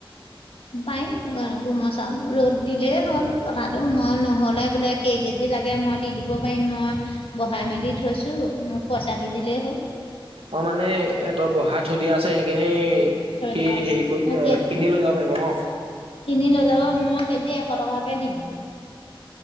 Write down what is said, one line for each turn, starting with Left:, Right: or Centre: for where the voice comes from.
Left: পাৰিম কোমল চাউলো ৰ'দ দিলেই হ'ল কথাটো মই নহ'লে বোলে কেই কেজি লাগে মই দি দিব পাৰিম মই বহাই মেলি থৈছোঁ মোক পইচাটো দিলেই হ'ল
Right: অ মানে এ তই বহাই থ দিয়া আছে সেইখিনি সি
Left: দিয়া আছ
Right: হেৰি কৰি
Left: মই কে
Right: কিনি লৈ যাব পাৰিব ন?
Left: কিনি লৈ যাব মই কেজি শ টকাকে দিম